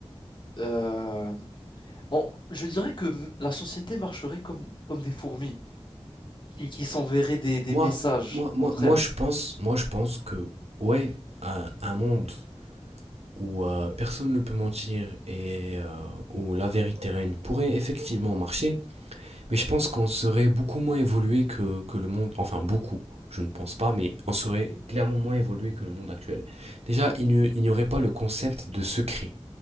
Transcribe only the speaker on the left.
Euh, on- je dirais que m- la société marcherait comme, comme des fourmis. qui, qui s'enverraient des, des
messages
entre
elles.